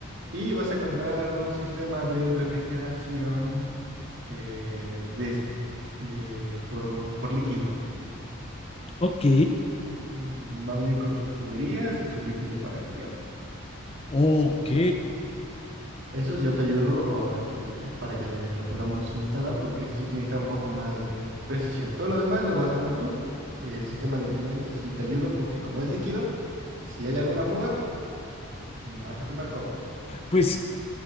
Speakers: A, on the right; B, on the left.
A: y vas a comprar un sistema de refrigeración eh, de, de- por, por líquido.
B: Ok,
A: Mm, Va a venir con sus tuberías y su líquido para enfriar.
B: Ok,
A: Eso yo te ayudo ahora que le- para que lo podamos instalar, porque ese sí tiene que estar un poco más de precisión. Todo lo demás lo vas a armar tú. El sistema de enfriamiento sí te ayudo porque como es líquido, si hay alguna fuga, vas a quemar todo.
B: pues